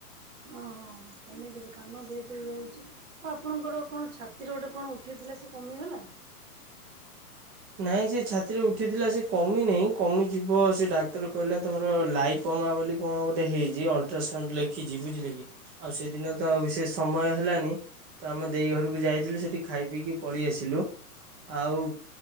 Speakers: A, on the right; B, on the right.
A: ହଁ ହଁ କମେଇଦେବେ କାନ ଯେହେତୁ ଇଏ ହଉଛି। ଆଉ ଆପଣଙ୍କର କଣ ଛାତିର ଗୋଟେ କଣ ଉଠେଇଥିଲା ସେ କମିଗଲା?
B: ନାଇଁ ସେ ଛାତିରେ ଉଠିଥିଲା ସେ କମି ନାହିଁ। କମିଯିବ ସେ ଡାକ୍ତର କହିଲା ତମର ଲା ପମା ବୋଲି କଣ ଗୋଟେ ହେଇଛି? ଅଲ୍ଟ୍ରାସାଉଣ୍ଡ ଲେଖିଛି ବୁଝିଲେ କି? ଆଉ ସେଦିନ ତ ବିଶେଷ ସମୟ ହେଲାନି। ତ ଆମେ ଦେଇ ଘରକୁ ଯାଇଥିଲୁ ସେଠି ଖାଇ ପିଇକି ପଳେଇ ଆସିଲୁ ଆଉ।